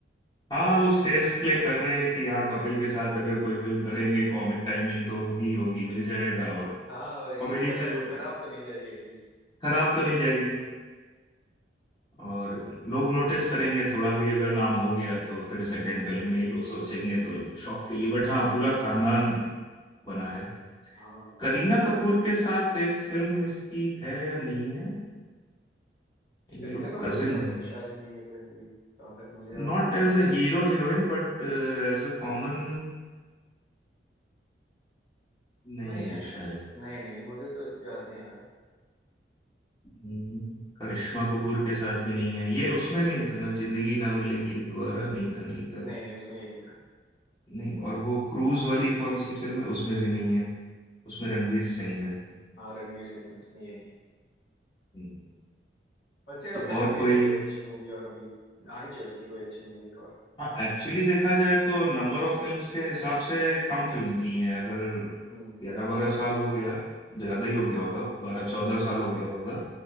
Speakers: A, on the left; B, on the left.
A: हाँ
B: ए,
A: वो सेफ प्ले कर रहे हैं कि हाँ कपिल के साथ अगर कोई फिल्म करेंगे कॉमिक टाइमिंग तो होगी होगी मिल जाएगा और
B: हाँ भाई
A: कॉमेडी
B: मतलब
A: चल
B: खराब तो नहीं जाएगी एटलीस्ट
A: खराब तो नहीं जाएगी और लोग नोटिस करेंगे थोड़ा भी अगर नाम हो गया तो फिर सेकंड
B: हम्म
A: फिल्म में ही लोग सोचेंगे तो शौक के लिए बट हाँ पूरा खानदान बना है
B: हाँ भाई
A: करीना कपूर के साथ एक फिल्म इसकी है या नहीं है ये
B: करीना
A: लोग
B: कपूर
A: cousin
B: के साथ तो शायद नहीं है कोई मूवी जहाँ तक मुझे याद
A: not
B: है
A: as a hero heroine but as a common नहीं
B: नहीं यार
A: है शायद
B: नहीं नहीं मुझे तो याद नहीं आ रहा
A: हम्म, करिश्मा कपूर के साथ भी नहीं है ये उसमें नहीं था ना जिंदगी ना मिलेगी दोबारा नहीं था नहीं था
B: नहीं नहीं उसमें ये नहीं था
A: नहीं और वो क्रूज वाली कौन सी फिल्म है उसमें भी नहीं है उसमें रणबीर सिंह है
B: हाँ रणवीर सिंह है उसमें ये नहीं है
A: हम्म,
B: अच्छा यार
A: तो
B: उसने
A: और
B: करनी
A: कोई
B: चाहिए कोई अच्छी मूवी और अभी आनी चाहिए उसकी कोई अच्छी मूवी एक और
A: हाँ एक्चुअल्ली देखा जाए तो नंबर ऑफ फिल्म्स के हिसाब से कम फिल्म की हैं अगर
B: हम्म
A: ग्यारह बारह साल हो गया ज्यादा ही हो गया
B: हाँ
A: होगा बारह चौदह साल हो गया होगा